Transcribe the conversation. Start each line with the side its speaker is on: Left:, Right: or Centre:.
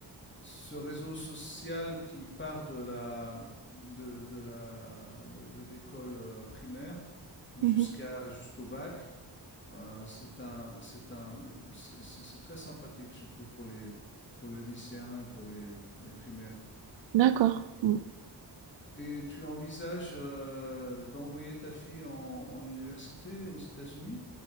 Left: ce réseau social qui part de la de, de la de, de l'école euh, primaire jusqu'à
Right: Mhm.
Left: jusqu'au bac euh, c'est un c'est un c'est- c'est c'est très sympathique je trouve pour les pour les lycéens et pour les, les primaires
Right: D'accord. Mm.
Left: et tu envisages euh, d'envoyer ta fille en, en université aux États-Unis